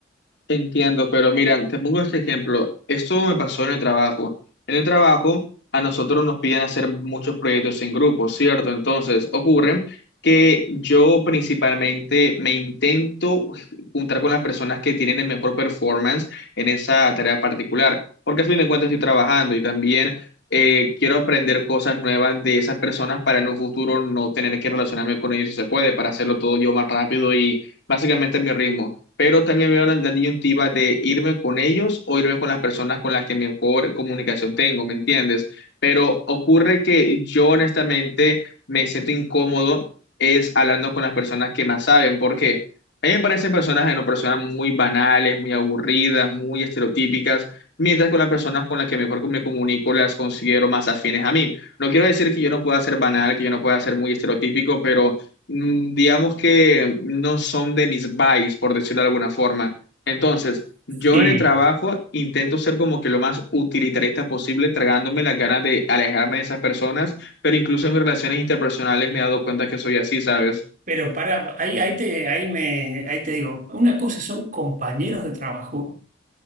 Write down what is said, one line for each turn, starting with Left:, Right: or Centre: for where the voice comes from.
Left: Entiendo, pero mira, te pongo este ejemplo. Esto me pasó en el trabajo. En el trabajo, a nosotros nos piden hacer muchos proyectos en grupo, ¿cierto? Entonces, ocurre que yo principalmente me intento juntar con las personas que tienen el mejor performance en esa tarea particular, porque a fin de cuentas estoy trabajando y también eh, quiero aprender cosas nuevas de esas personas para en un futuro no tener que relacionarme con ellos si se puede, para hacerlo todo yo más rápido y básicamente a mi ritmo pero también veo la, la disyuntiva de irme con ellos o irme con las personas con las que mejor comunicación tengo, ¿me entiendes? Pero ocurre que yo honestamente me siento incómodo es hablando con las personas que más saben, porque a mí me parecen personas, no, personas muy banales, muy aburridas, muy estereotípicas, mientras con las personas con las que mejor me comunico las considero más afines a mí. No quiero decir que yo no pueda ser banal, que yo no pueda ser muy estereotípico, pero mm, digamos que no son de mis vibes, por decirlo de alguna forma. Entonces, yo
Right: Sí,
Left: en el trabajo intento ser como que lo más utilitarista posible, tragándome las ganas de alejarme de esas personas, pero incluso en mis relaciones interpersonales me he dado cuenta que soy así, ¿sabes?
Right: Pero para, ahí, ahí te, ahí me, ahí te digo, una cosa son compañeros de trabajo,